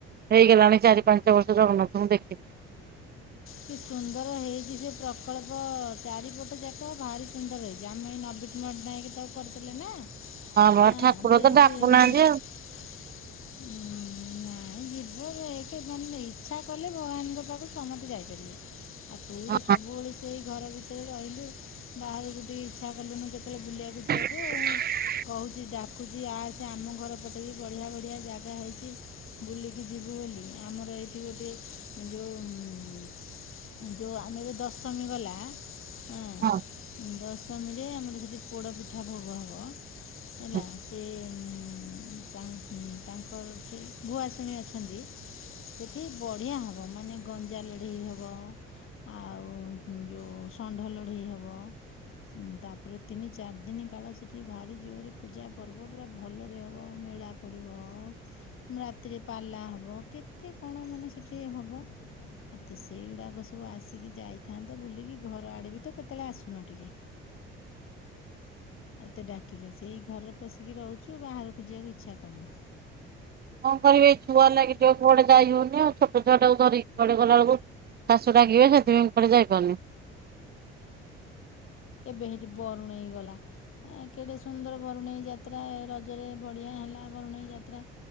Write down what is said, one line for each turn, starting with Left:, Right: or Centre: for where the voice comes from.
Right: ହେଇଗଲାଣି ଚାରି ପାଞ୍ଚ ବର୍ଷ ଜଗନ୍ନାଥଙ୍କୁ ଦେଖି <unintelligible>
Left: କି ସୁନ୍ଦର ହେଇଚି ସେ ପ୍ରକଳ୍ପ ଚାରିପଟ ଯାକ ଭାରି ସୁନ୍ଦର ହେଇଚି ଆମେ ନବୀନ ପଟ୍ଟନାୟକ ତାକୁ କରିଥିଲେ ନା।
Right: ବା
Left: ହଁ
Right: ଠାକୁର
Left: <unintelligible> ଉଁ
Right: ତ
Left: -ଉଁ
Right: ଡାକୁନାହାନ୍ତି
Left: ନା ନାଇଁ ଯିବୁ ଦେଖେ ମାନେ ଇଚ୍ଛା କଲେ ଭଗବାନଙ୍କ ପାଖକୁ ସମସ୍ତେ ଯାଇପାରିବେ। ଆଉ ତୁ
Right: ଆଉ
Left: ତ ସବୁବେଳେ ସେଇ ଘର ଭିତରେ ରହିଲୁ ବାହାରକୁ ଟିକେ ଇଚ୍ଛା କଲୁନୁ କେ ତେରେ ବୁଲିଆକୁ ଯିଆ
Right: <inaudible>
Left: କହୁଚି ଡାକୁଚି ଆସେ ଆମ ଘର ପଟେ ବି ବଢିଆ ବଢିଆ ଜାଗା ହେଇଚି। ବୁଲିକି ଯିବୁ ବୋଲି ଆମର ଏଇଠି ଗୋଟିଏ ଯୋଉଁ ଉଁ-ଉଁ-ଉଁ ଯୋଉ ଆମେ ଏବେ ଦଶମୀ ଗଲା ଏଁ
Right: ହଁ
Left: ଦଶମୀରେ ଆମର ସେଠି ପୋଡ଼ପିଠା ଭୋଗ ହବ। ହେଲା
Right: ହଁ।
Left: ସେ ଉଁ- ଉଁ- ଉଁ ତାଙ୍କର ସେଇ ଭୁଆଶୁଣୀ ଅଛନ୍ତି ସେଠି ବଢିଆ ହବ ମାନେ ଗଞ୍ଜା ଲ ଢ଼େଇ ହବ ଆଉ ଯୋଉଁ ଷଣ୍ଢ ଲଢ଼େଇ ହବ ଉଁ ତାପରେ ତିନି ଚାରି ଦିନି କାଳ ସେଠି ଭରି ଜୋରେ ପୂଜା ପର୍ବ ପୁରା ଭଲରେ ହବ ମେଳା ପଡ଼ିବ ରାତିରେ ପାଲା ହବ କେତେ କଣ ମାନେ ସେଠି ହବ। ଆ ତ ସେଇଗୁଡ଼ାକ ସବୁ ଆସିକି ଯାଇଥାନ୍ତ ବୁଲିକି ଘର ଆଡ଼େ ତ କେତେଳେ ଆସୁନ ଟିକେ। ଏତେ ଡାକିଲେ। ସେଇ ଘରେ ପଶିକି ରହୁଚୁ ବାହାରକୁ ଯିବାକୁ ଇଚ୍ଛା କରୁନୁ।
Right: କଣ କରିବି, ଏଇ ଛୁଆ ଲାଗି ଟିକେ କୁଆଡେ ଯାଇ ହଉନି ଆଉ ଛୋଟ ଛୁଆଟାକୁ ଧରିିକି କୁଆଡ଼େ ଗଲା ବେଳକୁ ଶାଶୁ ରାଗିବେ ସେଥିପାଇଁ କୁଆଡ଼େ ଯାଇପାରୁନି। <unintelligible>
Left: ଏବେ ହେଇଠି ବରୁଣେଇ ଗଲା। ଏଁ କେଡ଼େ ସୁନ୍ଦର ବରୁଣେଇ ଯାତ୍ରା, ରଜରେ ବଢ଼ିଆ ହେଲା ବରୁଣେଇ ଯାତ୍ରା।